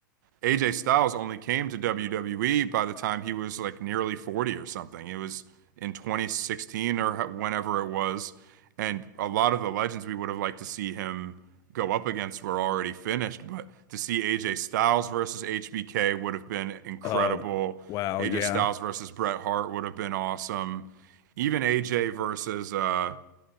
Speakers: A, on the right; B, on the left.
A: AJ Styles only came to WWE by the time he was like nearly 40 or something. It was in 2016 or whenever it was. And a lot of the legends we would have liked to see him go up against were already finished. But to see AJ Styles versus HBK would have been incredible.
B: Oh, wow,
A: AJ
B: yeah,
A: Styles versus Bret Hart would have been awesome. Even AJ versus uh,